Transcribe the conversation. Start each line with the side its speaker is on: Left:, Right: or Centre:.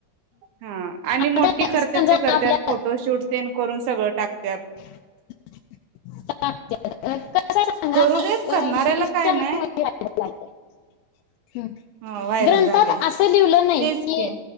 Right: हा आणि
Left: आता
Right: मोठी करत्यात
Left: समजा
Right: ते करत्यात
Left: आपल्या
Right: फोटोशूट तेन करून सगळं टाकत्यात.
Left: <inaudible> <inaudible>
Right: करू देत करणाऱ्याला काय नाही
Left: हम्म
Right: ह व्हायरल
Left: ग्रंथात
Right: झाले
Left: असं लिवलं नाइ
Right: तेच
Left: कि
Right: की